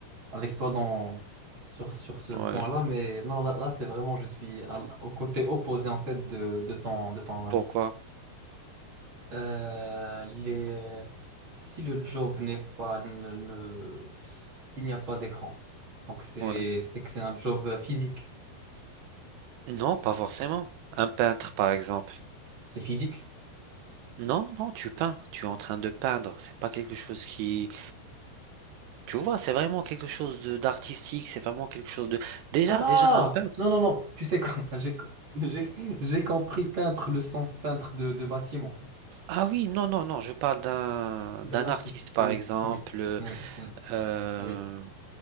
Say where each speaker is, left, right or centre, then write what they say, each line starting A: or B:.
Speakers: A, on the right; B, on the right.
A: avec toi dans, sur, sur ce
B: sont-
A: point-là,
B: ouais.
A: mais non, là, là, c'est vraiment, je suis à l- au côté opposé en fait de, de ton, de ton avis.
B: Pourquoi?
A: Euh, les, si le job n'est pas, ne, ne- s'il n'y a pas d'écran, donc c'est,
B: Ouais.
A: c'est que c'est un job euh, physique.
B: Non, pas forcément. Un peintre, par exemple.
A: C'est physique?
B: Non, non, tu peins, tu es en train de peindre. C'est pas quelque chose qui, tu vois, c'est vraiment quelque chose de d'artistique. C'est vraiment quelque chose de. Déjà,
A: Ah!
B: déjà un peintre.
A: Non, non, non, tu sais quoi, <laughs> j'ai, j'ai, j'ai compris peintre, le sens peintre de, de bâtiment,
B: Ah oui, non, non, non. Je parle d'un
A: d'un
B: d'un
A: artiste,
B: artiste, par
A: oui,
B: exemple.
A: oui,
B: euh,
A: oui, mm,
B: Euh,
A: oui,